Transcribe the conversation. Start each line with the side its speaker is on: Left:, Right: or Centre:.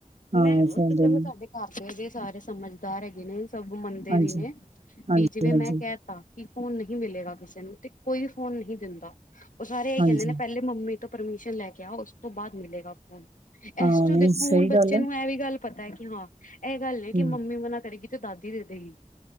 Right: ਹਾਂ
Left: ਮੈਂ ਉੱਥੇ
Right: ਫੋਨ ਦੇਣੇ,
Left: ਚਲੋ ਤੁਹਾਡੇ ਘਰ ਤੇ ਆਜੇ। ਸਾਰੇ ਸਮਝਦਾਰ ਹੈਗੇ ਨੇ ਸਭ ਮੰਨਦੇ
Right: ਹਾਂਜੀ।
Left: ਵੀ ਨੇ
Right: ਹਾਂਜੀ-ਹਾਂਜੀ,
Left: ਵੀ ਜਿਵੇਂ ਮੈਂ ਕਹਿ ਤਾ ਕਿ। ਫੋਨ ਨਹੀਂ ਮਿਲੇਗਾ ਕਿਸੇ ਨੂੰ ਤੇ ਕੋਈ ਫੋਨ ਨਹੀਂ ਦਿੰਦਾ ਉਹ ਸਾਰੇ ਇਹੀ
Right: ਹਾਂਜੀ
Left: ਕਹਿੰਦੇ ਨੇ
Right: ਹਾਂਜੀ
Left: ਪਹਿਲੇ ਮੰਮੀ ਤੋਂ। ਪਰਮਿਸ਼ਨ ਲੈ ਕੇ ਆ ਉਸ ਤੋਂ ਬਾਅਦ ਮਿਲੇਗਾ ਫੋਨ
Right: ਹਾਂ
Left: ਇਸ ਚੋਂ
Right: ਨਹੀਂ
Left: ਦੇਖੋ
Right: ਸਹੀ
Left: ਹੁਣ ਬੱਚੇ
Right: ਗੱਲ ਆ,
Left: ਨੂੰ ਇਹ ਵੀ ਗੱਲ। ਪਤਾ ਹੈ ਕਿ ਹਾਂ ਇਹ ਗੱਲ ਨਹੀਂ ਕਿ
Right: ਹੂੰ
Left: ਮੰਮੀ ਮਨਾ ਕਰੇਗੀ ਤੇ ਦਾਦੀ ਦੇ ਦੇਗੀ।